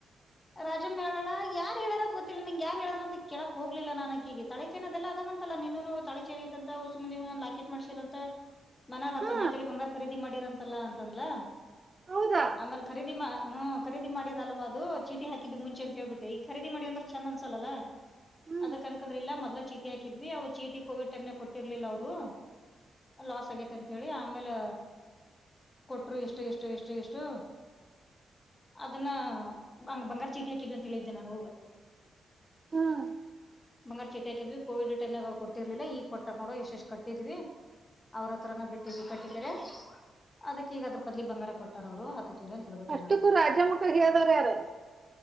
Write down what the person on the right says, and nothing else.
ಹಾ
ಹೌದಾ
ಹ್ಮ್
ಹ್ಮ್
ಅಷ್ಟಕ್ಕೂ
ರಾಜಮ್ಮಕ್ಕ ಹೇಳ್ದವ್ರ ಯಾರ